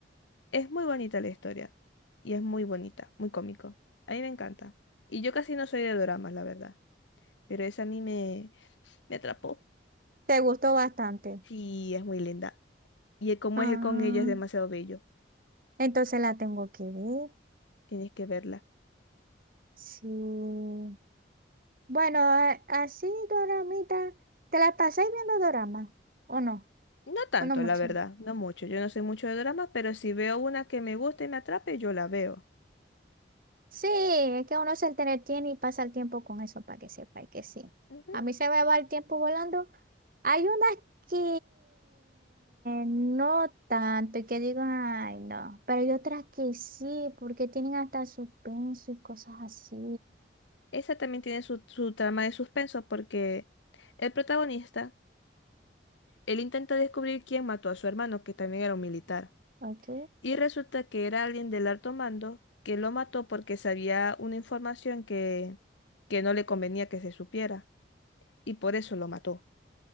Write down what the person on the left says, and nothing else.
Es muy bonita la historia. Y es muy bonita, muy cómico. A mí me encanta. Y yo casi no soy de dramas, la verdad. Pero esa a mí me, Me atrapó.
Sí, es muy linda. Y el cómo
es él con ella es demasiado bello.
Tienes que verla.
No tanto,
la verdad, no mucho. Yo no sé mucho de dramas, pero si veo una que me gusta y me atrape, yo la veo.
Ujú.
Esa también tiene su, su trama de suspenso porque el protagonista, él intenta descubrir quién mató a su hermano, que también era un militar.
Y resulta que era alguien del alto mando que lo mató porque sabía una información que, que no le convenía que se supiera. Y por eso lo mató.